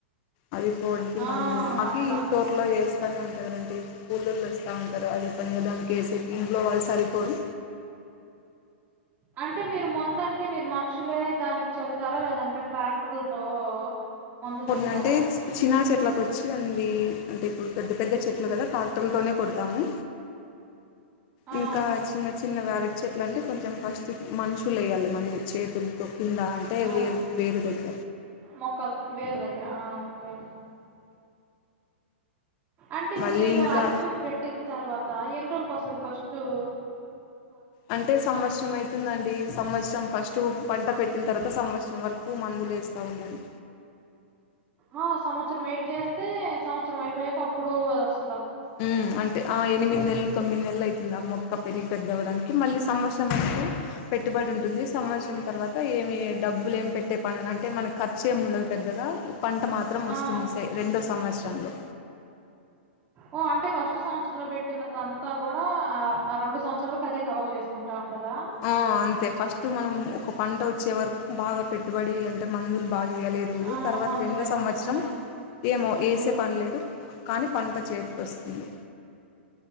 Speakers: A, on the left (about 40°); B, on the right (about 25°).
A: అది పోవడానికి
B: ఆ
A: మందు మాకి
B: అట్లా
A: ఈ తోర్లో వేస్తానే ఉంటందిండి కూళ్ళల్లో వస్తా ఉంటారు అది పని దానికినికెసే కీ ఇంట్లో వాళ్ళు సరిపోరు
B: అంటే మీరు ముందంటే మీరు మనుషులే దానికి చల్లుతారా లేదంటే ట్రాక్టర్లతో మందు
A: పొన్నంటే
B: జల్లుతారా
A: చినా చెట్లకు వచ్చి అంది అంటే ఇప్పుడు పెద్ద పెద్ద చెట్లు కదా ట్రాక్టర్లతోనే కొడతాము
B: ఆ
A: ఇంకా చిన్న చిన్నగా అరటి చెట్ల అంటే కొంచెం ఫస్ట్ మనుషులు వేయాల మందు చేతులతో కింద అంటే
B: ఆ
A: వేరు వేరుతొత్త
B: మొక్కలు వేరు దగ్గర ఆ ఓకే అంటే ఇప్పుడు
A: మళ్ళీ
B: మీరు
A: ఇంకా
B: అరటి చెట్టు పెట్టిన తర్వాత ఎన్నో రోజుల్ కోస్తది ఫస్టు
A: అంటే సంవత్సరం అయ్తుందండి సంవత్సరం ఫస్టు పంట పెట్టిన తర్వాత సంవత్సరం వరకు మందులు వేస్తా ఉండాలి.
B: ఆ సంవత్సరం వెయిట్ చేస్తే సంవత్సరం అయిపోయాక అప్పుడు అది వస్త్
A: ఉ అంటే ఆ ఎనిమిది నెలలు తొమ్మిది నెలలైతుంది ఆ మొక్క పెరిగి పెద్దవ్వడానికి, మళ్ళీ సంవత్సరం వరకు పెట్టుబడి ఉంటుంది. సంవత్సరం తర్వాత ఏమి డబ్బులు ఏమి పెట్టే పన్ అంటే మనకు ఖర్చేమి ఉండదు పెద్దగా పంట మాత్రం వస్తుంది
B: ఆ
A: సె రెండో సంవత్సరంలో.
B: ఓ అంటే ఫస్ట్ సంవత్సరంలో పెట్టినదంతా కూడా ఆ ఆ రెండు సంవత్సరాలకు అదే కవర్ చేసుకుంటా ఉంటదా
A: ఆ అంతే ఫస్ట్ మనం ఒక పంట వచ్చే వరకు బాగా పెట్ పెట్టుబడి అంటే మందులు బాగా వేయలేరుములు
B: ఆ
A: తర్వాత
B: మందులేస్
A: రెండో సంవత్సరం
B: ఆ
A: ఏమో వేసే
B: ఆ
A: పని లేదు కానీ పంట చేతికి వస్తుంది.